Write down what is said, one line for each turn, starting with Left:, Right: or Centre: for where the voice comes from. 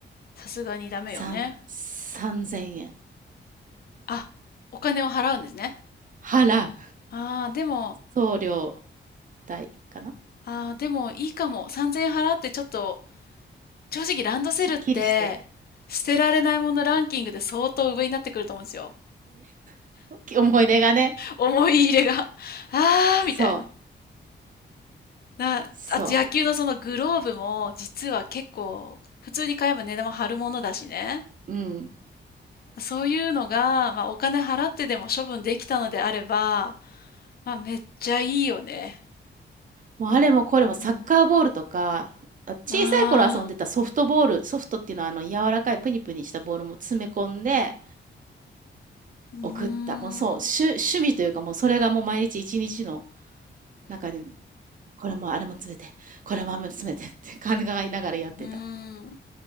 Left: さすがにダメよね。
Right: 三3000円
Left: あ、お金を払うんですね。
Right: 払う
Left: ああ、でも、
Right: 送料代かな
Left: ああ、でもいいかも。3000円払ってちょっと正直ランドセルって、
Right: すっきりして
Left: 捨てられないものランキングで相当上になってくると思うんですよ。
Right: 上 <laughs> 思い出がね
Left: 思い入れが。<laughs> あーみたいな。
Right: そう
Left: な、
Right: そ
Left: あと野球のそのグローブも実は結構普通に買えば値段も張るものだしね。
Right: ううん
Left: そういうのが、まあお金払ってでも処分できたのであれば、まあめっちゃいいよね。
Right: もうあれもこれもサッカーボールとかあ小さい頃遊んでたソフトボールソフトっていうのはあの柔らかいプニプニしたボールも詰め込んで
Left: うん。あー、うーん、
Right: 送ったもうそう趣、
Left: う
Right: 趣味というかもうそれがもう毎日一日の中にこれもあれも詰めてこれもあれも詰めてって考えながらやってた
Left: ーん。